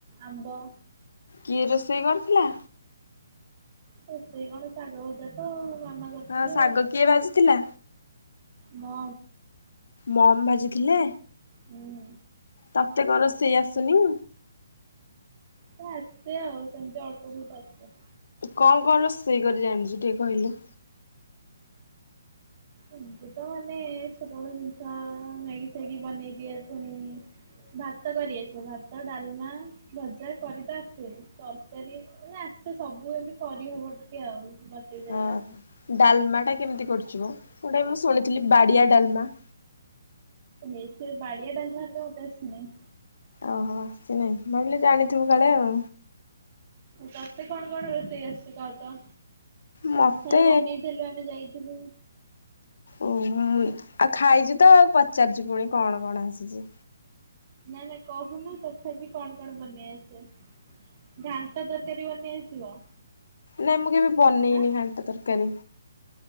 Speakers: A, on the right; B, on the left.
A: ଆମ୍ବ।
B: କିଏ ରୋଷେଇ କରିଥିଲା?
A: ରୋସେଇ କଣ ଶାଗ ଭଜା ତ ଆମ କରିଥିଲି
B: ହଁ ଶାଗ
A: ଆଉ
B: କିଏ ଭାଜିଥିଲା?
A: ନା ମ
B: ମମ୍ ଭାଜିଥିଲେ।
A: ହୁଁ
B: ତତେ କଁ ରୋଷେଇ ଆସୁନି?
A: ତ ଆସେ ଆଉ ସେମତି ଅଳ୍ପ ବହୁତୁ ଆସେ।
B: କଣ କଣ ରୋଷେଇ କରି ଜାଣିଛୁ ଟିକେ କହିଲୁ?
A: ଏମତି ତ ମାନେ ଛୋଟ ମୋଟ ଜିନଷ ମ୍ୟାଗି ଫ୍ୟାଗି ବନେଇଦିଏ ପୁଣି ଭାତ କରି ଆସେ। ଭାତ, ଡାଲମା, ଭଜା କରି ତ ଆସେ ତରକାରୀ ମାନେ ଆସ୍ ସେ ସବୁ ଏମିତି କରିହବ ଟିକେ ଆଉ ବତେଇଦେଲେ
B: ଅ
A: ଆଉ।
B: ଡାଲମା ଟା କେମିତି କରଚୁବ? ଗୋଟାଏ ମୁଁ ଶୁଣିଥିଲି ବାଡିଆ ଡାଲମା।
A: ହେ ସେ ବାଡ଼ିଆ ଡଲମା ହେରିକା ମତେ ଆସେ ନାଇଁ।
B: ଅହ ଶୁଣେ ଭାବିଲି ଜାଣିଥିବୁ କାଳେ ଆଉ।
A: ତତେ କଣ କଣ ରୋଷେଇ ଆସିଛି କହ ତ?
B: ମତେ
A: ଥରେ ବନେଇଥେଲୁ ଆମେ ଯାଇଥିଲୁ।
B: ଉଁ ହୁଁ ଆଉ ଖାଇଚୁ ତ ଆଉ ପଚାରୁଚୁ ପୁଣି କଣ କଣ ଆସିଚି।
A: ନା ନା କହୁନୁ ତଥାପି କଣ କଣ ବନେଇ ଆସେ? ଘାଣ୍ଟ ତରକାରୀ ବନେଇ ଆସିବ?
B: ନା ମୁଁ କେବେ ବନେଇନି
A: ଆଁ
B: ଘାଣ୍ଟ ତରକାରୀ।